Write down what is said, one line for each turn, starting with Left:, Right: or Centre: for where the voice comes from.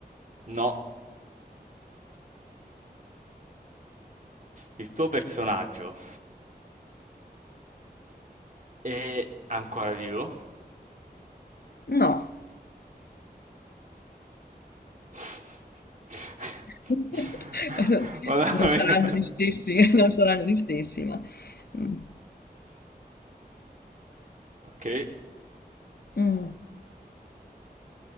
Right: No. Il tuo personaggio è ancora vivo?
Left: No.
Right: <laughs>
Left: <laughs>
Right: Veramente.
Left: Non saranno gli stessi, non saranno gli stessi, ma... Mm.
Right: Ok.
Left: Mm.